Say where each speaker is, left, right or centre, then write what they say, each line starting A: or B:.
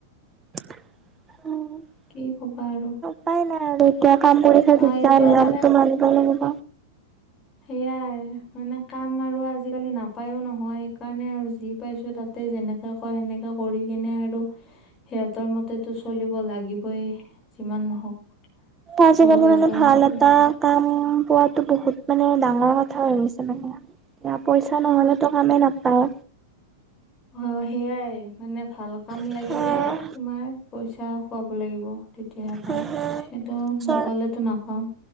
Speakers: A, on the right (about 20°); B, on the left (about 30°).
A: <unintelligible>
B: কি ক'বা আৰু।
A: উপাই নাই আৰু এতিয়া কাম কৰিছা
B: অ
A: যেতিয়া
B: এতিয়া
A: নিয়মতো
B: মানে
A: মানিব লাগিব।
B: সেয়াই মানে কাম আৰু আজিকালি নাপায়ো নহয় সেইকাৰণে আৰু যি পাইছো তা তে যেনেকা কয় সেনেকা কৰি কিনে আৰু সিহঁতৰ মতেতো চলিব লাগিবই, যিমান নহওক।
A: আজি
B: ত
A: কালি
B: সিহঁতৰ
A: মানে ভাল
B: মতে
A: এটা কাম পোৱাতো বহুত মানে ডাঙৰ কথা হৈ গৈছে মানে। এয়া পইচা নহ'লেতো কামেই নাপায়।
B: অ', সেয়াই মানে ভাল কাম
A: নাপায়।
B: লাগিলে তোমাৰ পইচা খোৱাব লাগিব। তেতিয়া পাই,
A: হম হম
B: সেইটো নোখোৱালেতো
A: চৰ
B: নাপাও।